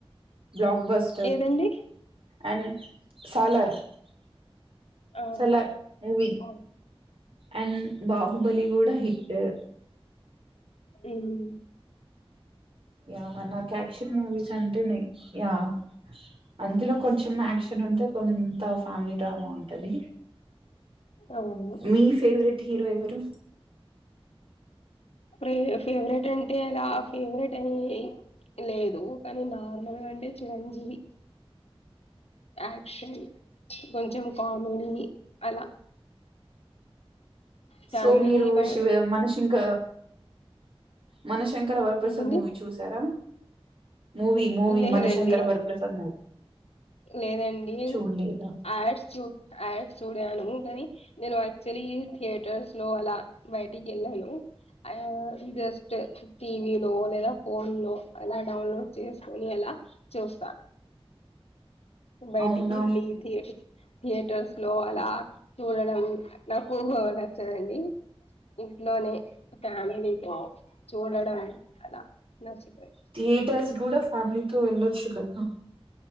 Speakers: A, on the right (about 60°); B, on the left (about 85°).
A: బ్లాక్ బస్టర్
B: ఏదండి
A: అండ్ సాలర్
B: ఆ
A: సాలర్ మూవి
B: అవును
A: అండ్ బాహుబలి కూడా హిట్ అ
B: ఊమ్
A: యా నాక్ యాక్షన్ మూవీస్ అంటే నే ఎహ్ అందులో కొంచెం యాక్షన్ చను ఉంటే కొంత ఫ్యామిలీ డ్రామా ఉంటంది.
B: అవును
A: మీ ఫేవ్రేట్ హీరో ఎవరు
B: ప్రే ఫేవ్రెట్ అంటే అలా ఫేవ్రెట్ అని లేదు దో కానీ నార్మల్ గా అంటే చిరంజీవి యాక్షన్ కొంచెం కామెడీ అలా ఫ్యామిలీని
A: సో మీరు
B: బ
A: శివ మనసింక మనశంకర వరప్రసాద్
B: ఏంటండి
A: మూవీ చూసారా మూవీ మూవీ
B: లేదండి
A: మనశంకర వరప్రసాద్ మూవీ
B: లేదండి యాడ్స్
A: చూడలేదా
B: చూ యాడ్స్ చూడాను కానీ నేను యాక్చువలీ థియేటర్స్ లో అలా బయటికి వెళ్ళాను ఆ జస్ట్ టీవీ లో లేదా ఫోన్ లో అలా డౌన్లోడ్ చేసుకోని అలా అ చూస్తా బయటకి
A: అవునా
B: ఏళ్లి థియే థియేటర్స్ లో అలా చూడడం నాకు నచ్చదండి ఇంట్లోనే ఫ్యామిలీలో చూడడం అలా నచ్చుతది
A: థియేటర్స్ కూడా ఫ్యామిలీతో వెళ్ళొచ్చు కదా